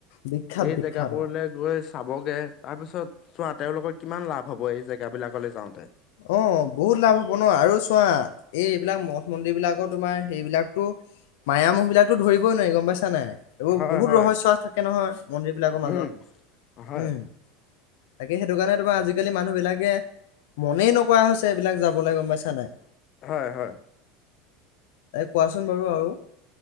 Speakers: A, on the left; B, on the left.
A: বিখ্যাত
B: এই
A: বিখ্যাত
B: জেগা বোৰলে-
A: অ'।
B: গৈ চাবগে তাৰ পিছত চোৱা তেওঁলোকৰ কিমান লাভ হব এই জেগা বিলাকলৈ যাওঁতে।
A: অঁ বহুত লাভ হ'ব ন, আৰু চোৱা। এই এইবিলাক মঠ মন্দিৰ বিলাকো তোমাৰ সেইবিলাকতো- মায়া মোহ বিলাকতো ধৰিবই নোৱাৰি গম পাইছা নাই। এইবোৰ
B: হয়
A: বহুত
B: হয়
A: ৰহস্য থাকে নহয় মন্দিৰবিলাকৰ মাজত।
B: উম হয়
A: উম- তাকে সেইটো কাৰণে তোমাৰ আজিকালি মানুহ বিলাকে- মনেই নকৰা হৈছে এইবিলাক যাবলৈ গম পাইছা নাই।
B: হয় হয়।
A: এই কোৱাচোন বাৰু আৰু।